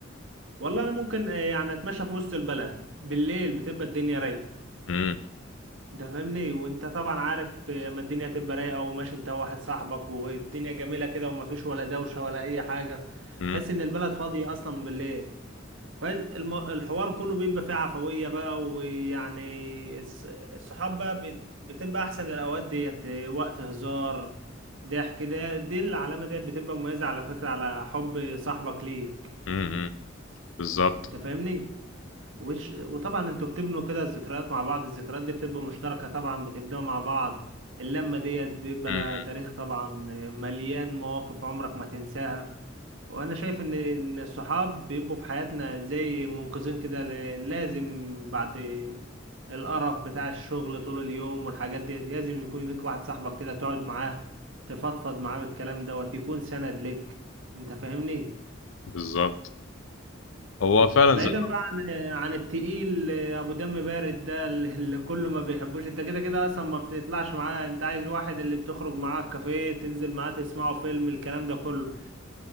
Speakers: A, on the right; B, on the left.
A: والله انا ممكن آه، يعني اتمشى في وسط البلد بالليل بتبقى الدنيا رايقة
B: امم
A: انت فاهمني وانت طبعا عارف اما الدنيا تبقى رايقه وماشي انت وواحد صاحبك والدنيا جميله كده ومفيش ولا دوشه ولا اي حاجه
B: امم
A: تحس ان البلد فاضيه اصلا بالليل فالحوار كله بيبقى فيه عفويه بقى ويعني الص- الصحاب بقى بت- بتبقى احسن للاوقات ديت وقت هزار ضحك ده دي العلامه ديت بتبقى مميزه على فكره على حب صاحبك ليك
B: امم بالظبط
A: انت فاهمني وش وطبعا انتوا بتبنوا كده الذكريات مع بعض الذكريات دي بتبقى مشتركة طبعا بتبنوها مع بعض اللمة ديت بيبقى
B: مم.
A: لها تاريخ طبعا مليان مواقف عمرك ما تنساها وانا شايف ان ان الصحاب بيبقوا في حياتنا زي منقذين كده ل- لازم بعد القرف بتاع الشغل طول اليوم والحاجات ديت لازم يكون لك واحد صاحبك كده تقعد معاه تفضفض معاه بالكلام دوت يكون سند لك انت فاهمني
B: بالظبط هو فعلا
A: بعيدا
B: زي
A: بقى عن عن التقيل ابو دم بارد ده اللي اللي كله ما بيحبوش انت كده كده اصلا ما بتطلعش معاه انت عايز واحد اللي بتخرج معاه الكافيه تنزل معاه تسمعوا فيلم الكلام ده كله